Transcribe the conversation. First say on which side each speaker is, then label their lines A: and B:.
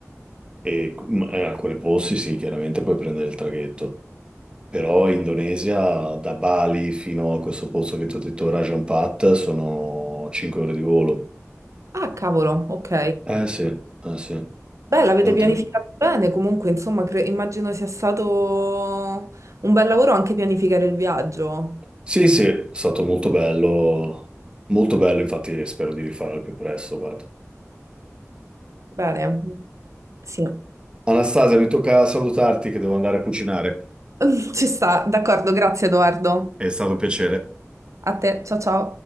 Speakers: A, on the right; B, on the right.
A: e in alcuni posti sì, chiaramente puoi prendere il traghetto. Però Indonesia, da Bali fino a questo posto che ti ho detto, Rajan Pat, sono 5 ore di volo.
B: Ah, cavolo, ok.
A: Eh sì, eh sì.
B: Beh, l'avete
A: Dante.
B: pianificato bene, comunque, insomma, cre- immagino sia stato un bel lavoro anche pianificare il viaggio.
A: Sì, sì, è stato molto bello, molto bello, infatti spero di rifarlo al più presto, guarda.
B: Bene, sì,
A: Anastasia, mi tocca salutarti che devo andare a cucinare.
B: <laughs> ci sta, d'accordo, grazie Edoardo.
A: È stato un piacere.
B: A te, ciao ciao.